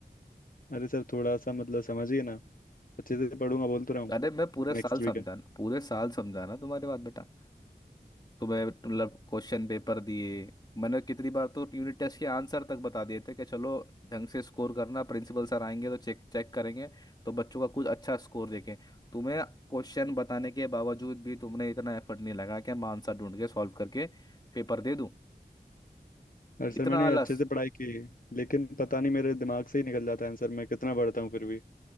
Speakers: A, on the left; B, on the left.
A: अरे सर थोड़ा सा मतलब समझिए ना अच्छे से पढ़ूंगा बोल तो रहा हूँ
B: अरे मैं पूरे
A: नेक्स्ट
B: साल समझाना
A: वीक है
B: पूरे साल समझाना तुम्हारी बात बेटा तुम्हें मतलब क्वेश्चन पेपर दिए मैंने कितनी बार तो यूनिट टेस्ट के आंसर तक बता दिए थे कि चलो ढंग से स्कोर करना प्रिंसिपल सर आएंगे तो चेक चेक करेंगे तो बच्चों का कुछ अच्छा स्कोर देखें तुम्हें क्वेश्चन बताने के बावजूद भी तुमने इतना एफर्ट नहीं लगा कि मैं आंसर ढूंढ के सॉल्व करके पेपर दे दूं
A: अरे सर
B: इतना
A: मैंने
B: आलस
A: अच्छे से पढ़ाई की है लेकिन पता नहीं मेरे दिमाग से ही निकल जाता है आंसर मैं कितना पढ़ता हूँ फिर भी